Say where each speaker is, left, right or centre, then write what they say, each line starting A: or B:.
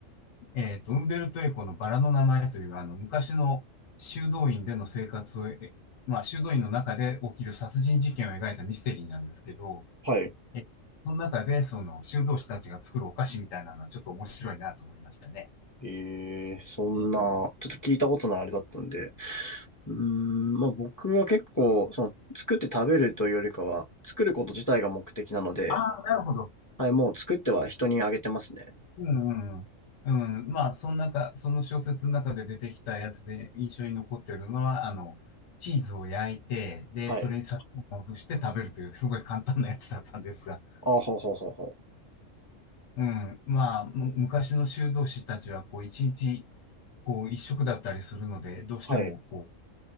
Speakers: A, on the left; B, on the left.
A: ーえーっと、ウンベルト・エコのバラの名前という、あの、昔の修道院での生活を、えまあ、修道院の中で起きる殺人事件を描いたミステリーなんですけど、
B: はい。
A: えその中で、その、修道士たちが作るお菓子みたいなのはちょっと面白いなと思いましたね。
B: ええそんな、
A: えー
B: ちょっと聞いたことないあれだったんで。うーん、まあ僕は結構、その、作って食べるというよりかは、作ること自体が目的なので、
A: ああ、なるほど。
B: はい、もう作っては人にあげてますね。
A: うんうん。うん、まあ、その中、その小説の中で出てきたやつで印象に残ってるのは、あの、チーズを焼いて、で、
B: はい。
A: それに砂糖をまぶして食べるという、すごい簡単なやつだったんですが、
B: ああ、ほうほうほうほ
A: うん、まあ、む昔の修道士たちは、こう、一日、こう、一食だったりするので、どうしても、
B: う。はい。
A: こう、